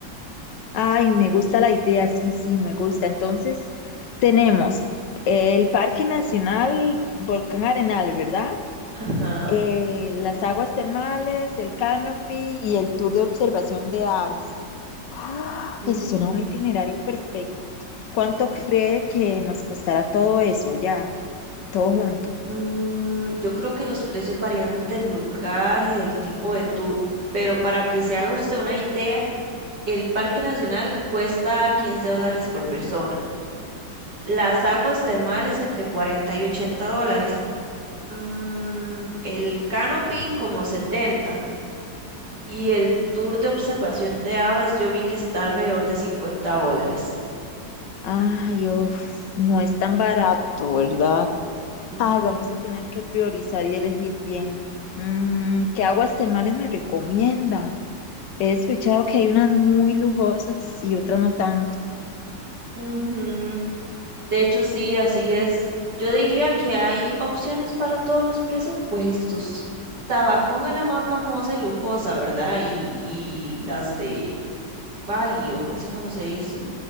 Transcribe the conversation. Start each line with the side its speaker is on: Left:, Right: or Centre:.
Left: Ay, me gusta la idea, sí, sí, me gusta. Entonces, tenemos el Parque Nacional Volcán Arenal, ¿verdad?
Right: Ajá.
Left: Eh, las aguas termales, el canopy y el tour de observación de aves. ¡Ah!
Right: Ujú.
Left: Eso suena un itinerario perfecto. ¿Cuánto cree que nos costará todo eso ya, todo junto?
Right: Mm, yo creo que los precios varían del lugar y del tipo de tour, pero para que se haga usted una idea, el Parque Nacional cuesta 15 dólares por persona. Las aguas termales entre 40 y 80 dólares. Mm, el canopy como 70 y el tour de observación de aves yo vi que está alrededor de 50 dólares.
Left: Ay, uf, no es tan barato, ¿verdad?
Right: Mm,
Left: Ay,
Right: mm.
Left: vamos a tener que priorizar y elegir bien. Mm, ¿qué aguas termales me recomienda? He escuchado que hay unas muy lujosas y otras no tanto.
Right: Ujú. De hecho, sí, así es. Yo diría que hay opciones para todos los presupuestos. Tabacón es la más famosa y lujosa, ¿verdad? Y, y las de Bali, o no sé cómo se dice,